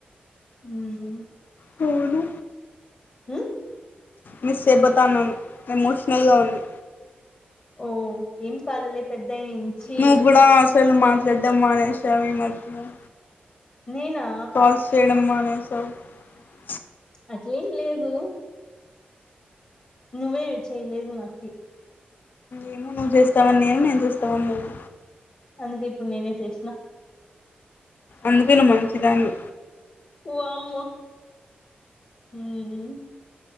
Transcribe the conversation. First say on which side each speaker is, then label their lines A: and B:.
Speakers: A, on the left (about 40°); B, on the left (about 60°).
A: ఉమ్
B: కోదు
A: ఉమ్
B: మిస్ అయిపోతాన్నాను ఎమోషనల్ గా ఉంది
A: ఓ ఏం కాదులే పెద్దయి నుంచి
B: నువ్వు కూడా అసలు మా చెడ్డమానేష అవి ఈ మధ్యా
A: నేనా
B: కాల్స్చేయడం మానే ఆ స
A: అట్లెం లేదు నువ్వే చేయలేదు నాకి
B: ఏమో నువ్వు చేస్తావని నేను నేను చూస్తావని నువ్వు
A: అందుకే ఇప్పుడు నేనే చేసిన
B: అందుకేను్వు మంచిదానీవి
A: వామ్మో హ్మ్మ్